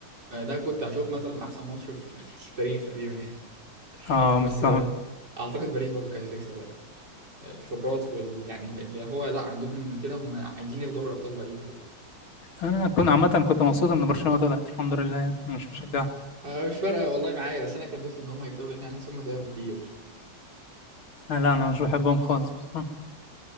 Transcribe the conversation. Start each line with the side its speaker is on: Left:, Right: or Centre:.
Right: آه، ده كنت هشوف مثلا احسن ماتش في <laughs> في التاريخ تقريبا يعني
Left: اه
Right: بس
Left: بالظبط
Right: آه، اعتقد باريس برضو كانت هتكسب يعني آه، الخبرات وال يعني اللي هو لا عندهم من كده هم عايزين ياخدوا دوري الابطال باي طريقه
Left: انا كنت عامه كنت مبسوط ان برشلونه طلعت الحمد لله يعني أنا مش بشجعها
Right: آه، مش فارقه والله معايا بس انا كان نفسي ان هم يكسبوا لان انا حاسس هم تعبوا كتير
Left: آه، لا انا مش بحبهم خالص بصراحه